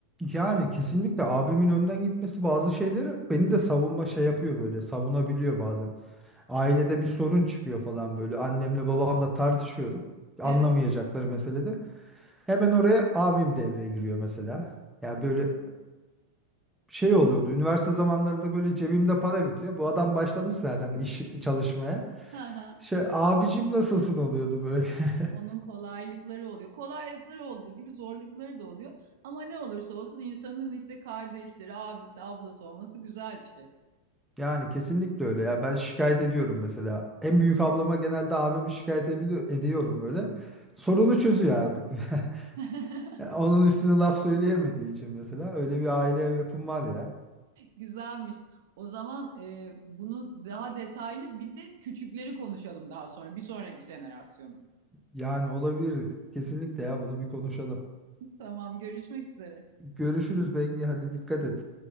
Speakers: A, in the centre; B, on the right.
A: Yani kesinlikle abimin önden gitmesi bazı şeylere beni de savunma şey yapıyor böyle savunabiliyor bazen. Ailede bir sorun çıkıyor falan böyle annemle babamla tartışıyorum. Anlamayacakları
B: Evet.
A: meselede. Hemen oraya abim devreye giriyor mesela. Ya böyle şey oluyordu üniversite zamanlarında böyle cebimde para bitiyor. Bu adam başlamış zaten iş çalışmaya.
B: Hı hı.
A: Şey abicim nasılsın oluyordu böyle. <laughs>
B: Onun kolaylıkları oluyor. Kolaylıkları olduğu gibi zorlukları da oluyor. Ama ne olursa olsun insanın işte kardeşleri, abisi, ablası olması güzel bir şey.
A: Yani kesinlikle öyle ya. Ben şikayet ediyorum mesela. En büyük ablama genelde abimi şikayet edili- ediyorum böyle. Sorunu çözüyor artık. <laughs>
B: <laughs>
A: Ya Onun üstüne laf söyleyemediği için mesela öyle bir aile yapım var ya.
B: Güzelmiş. O zaman e, bunu daha detaylı bir de küçükleri konuşalım daha sonra. Bir sonraki jenerasyonu.
A: Yani olabilir. Kesinlikle ya bunu bir konuşalım.
B: <laughs> Tamam, görüşmek üzere.
A: Görüşürüz Bengi hadi dikkat et.